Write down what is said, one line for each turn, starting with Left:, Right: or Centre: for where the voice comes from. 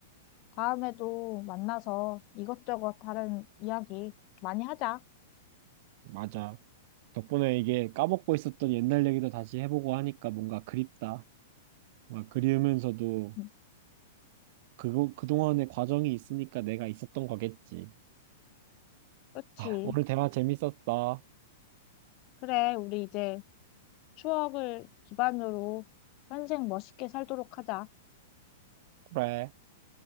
Left: 다음에도 만나서 이것저것 다른 이야기 많이 하자.
Right: 맞아. 덕분에 이게 까먹고 있었던 옛날 얘기도 다시 해보고 하니까 뭔가 그립다. 뭔가 그리우면서도
Left: 음,
Right: 그거, 그동안의 과정이 있으니까 내가 있었던 거겠지.
Left: 그렇지.
Right: 아, 오늘 대화 재밌었어.
Left: 그래, 우리 이제 추억을 기반으로 현생 멋있게 살도록 하자.
Right: 그래.